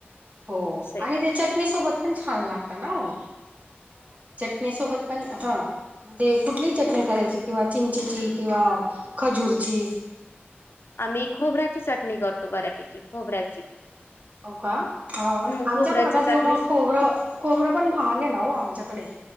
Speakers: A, on the right; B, on the left.
A: हो
B: असं आहे
A: आणि ते चटणी सोबत पण छान लागतात. चटनी सोबत पण ह म्हणजे कुठली चटणी करायची किंवा चिंचेची किंवा खजूरची
B: आम्ही खोबऱ्याची चटणी करतो बऱ्यापैकी खोबऱ्याची
A: हो का अ
B: हम्म
A: आमच्या
B: खोबऱ्याच्या
A: भागात
B: चटणी
A: एवढं खोबरं खोबरं पण महाग आहे ना हो आमच्याकडे